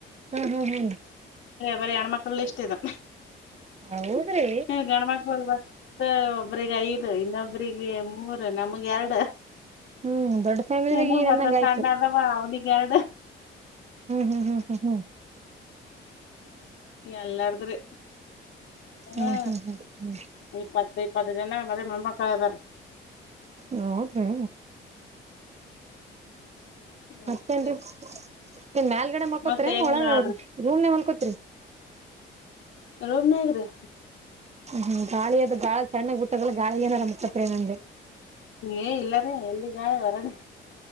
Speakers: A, on the right; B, on the left.
A: ಹ್ಮ್ ಹ್ಮ ಹ್ಮ್.
B: ಬರೀ ಹೆಣ ಮಕ್ಕಳು ಲಿಸ್ಟ್ ಇದು.
A: ಹೌದ್ರಿ
B: ಗಂಡ ಮಕ್ಳ ಬತ್ತ ಒಬ್ರಿಗೆ ಐದು ಇನ್ನೊಬ್ರಿಗೆ ಮೂರು. ನಮ್ಗೆ ಎರಡು.
A: ಹ್ಮ್ ದೊಡ್ಡ ಫ್ಯಾಮಿಲಿದಾಗ
B: ಇನ
A: ಈ
B: ಪತ
A: ಅಂದಂಗ
B: ಸಾಣದಾವ
A: ಆಯ್ತು
B: ಅವದ ಕಾರೆದ.
A: ಹ್ಮ್ ಹ್ಮ್ ಹ್ಮ್ ಹ್ಮ್.
B: ಎಲ್ಲಾರದ್ರೆ ಹ
A: ಹ್ಮ್ ಹ್ಮ್ ಹ್ಮ್ ಹ್ಮ್
B: ಈಪ್ಪತ್ತ. ಪ್ಪತ್ತು ಜನ ಮದೆ ಮೊಮ್ಮಕ್ಕಳ ಆದರೆ.
A: ಹ ಹೌದ್ರಿ.
B: ಅದಾರಿ
A: ಮತ್ತೇನ್ರಿ. ನೀ ಮೇಲ್ಗಡೆ ಮಲ್ಕೊತ್ರಿ
B: ಮತ್ತ ಏನಿಲ್ಲ
A: ಒಳಗ
B: ನೋಡ್ರಿ
A: ರೂಮ್ನೆ ಮಲ್ಕೊತ್ರಿ.
B: ರೂಮ್ ನಾಗರಿ.
A: ಹ್ಮ ಗಾಳಿ ಅದ ಗಾಳ ಚನ್ನಾಗ್ ಬಿಟ್ಟದ್ರ ಗಾಳಿ ಏನಾರರ ಮುತತ್ ನನ್ಗೆ.
B: ಏ ಇಲ್ಲ ರೀ ಎಲ್ಲಿ ಗಳೆ ಹೊರಗೆ